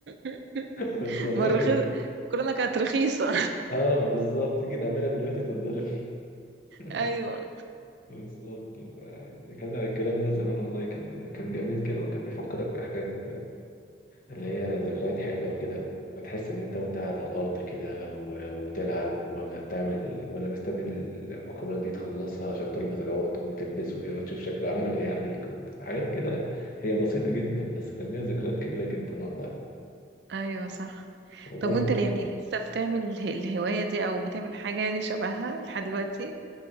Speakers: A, on the right (about 60°); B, on the left (about 45°).
A: <laughs>
B: بس والله
A: ما الرخيص
B: كانت <laughs>
A: المكرونة كانت رخيصة
B: اه بالظبط كده اعملها دلوقتي تتضرب <laughs>
A: <laughs> ايوه
B: بالظبط ف- كان الكلام ده زمان والله كان كان جميل كده وكان بيفكرك بحاجات اللي هي ذكريات حلوة كده بتحس إن أنت وأنت قاعد على الأرض كده و- وبتلعب ولا بتعمل ولا مستني المكرونة دي تخلصها عشان تربط العقد وتلبسه إيه وتشوف شكله عامل إيه عليك حاجات كده هي بسيطة جدا بس كان ليها ذكريات كبيرة جدا والله
A: ايوه صح
B: وبرضه
A: طب وانت اللي يعني لسه بتعمل اله- الهواية دي او بتعمل حاجة يعني شبهها لحد دلوقتي